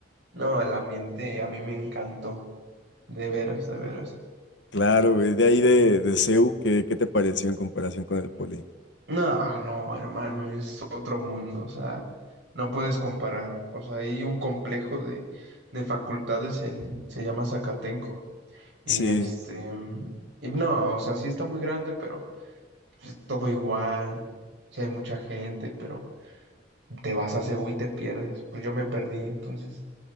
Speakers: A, on the right; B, on the left.
A: no, el ambiente a mí me encantó, de veras, de veras.
B: claro, güey, de ahí de, de CEU, ¿qué, qué te pareció en comparación con el poli?
A: No, no, hermano, es otro mundo, o sea, no puedes comparar. O sea, hay un complejo de, de facultades en, se llama Zacatenco, y
B: Sí,
A: este, y no, o sea, sí está muy grande, pero pues, todo igual, sí hay mucha gente, pero te vas a Ceú y te pierdes. Pues yo me perdí, entonces